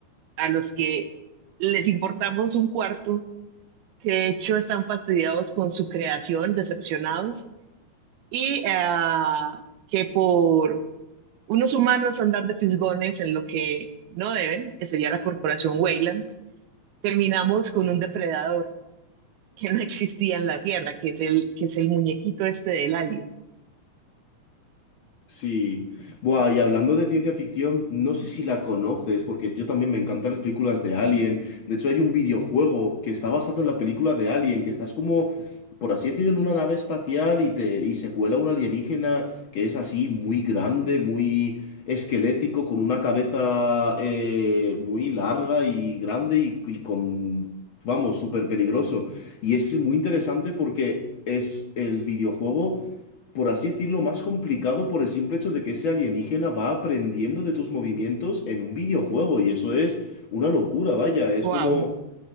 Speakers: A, on the right (about 80°); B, on the left (about 80°).
A: a los que les importamos un cuarto, que de hecho están fastidiados con su creación, decepcionados, y ah, que por unos humanos andar de fisgones en lo que no deben, que sería la corporación Weyland, terminamos con un depredador que no existía en la Tierra, que es el, que es el muñequito este del alien.
B: Sí. Buah, y hablando de ciencia ficción, no sé si la conoces, porque yo también me encantan las películas de Alien. De hecho, hay un videojuego que está basado en la película de Alien, que estás como, por así decirlo, en una nave espacial y te y se cuela un alienígena que es así muy grande, muy esquelético, con una cabeza eh, muy larga y grande y, y con, vamos, súper peligroso. Y es muy interesante porque es el videojuego por así decirlo, más complicado por el simple hecho de que ese alienígena va aprendiendo de tus movimientos en un videojuego y eso es una locura, vaya, es
A: Wow,
B: como...